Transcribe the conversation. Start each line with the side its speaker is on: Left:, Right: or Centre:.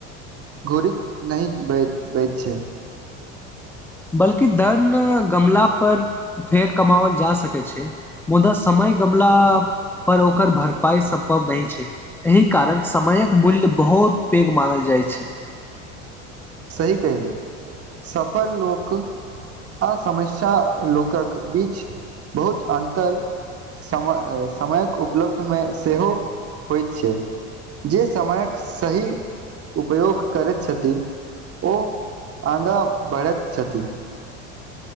Right: घुरित नहि बैत बैत छै
Centre: बल्कि धन गमला पर फेर कमावल जा सकैत छै मुदा समय गमला पर ओकर भरपाई सम्भव नहि छै एहि कारण समयक मूल्य बहुत पैघ मानल जाय छै
Right: सही कहलियै सफल लोक आ समस्या लोकक बीच बहुत अन्तर समय समयक उपलब्धिमे सेहो होइत छै जे समयक सही उपयोग करैत छथिन ओ आगाँ बढ़ैत छथि